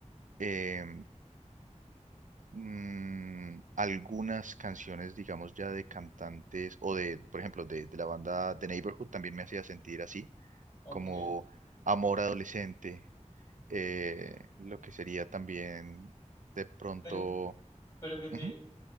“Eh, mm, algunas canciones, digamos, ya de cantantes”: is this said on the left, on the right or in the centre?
Right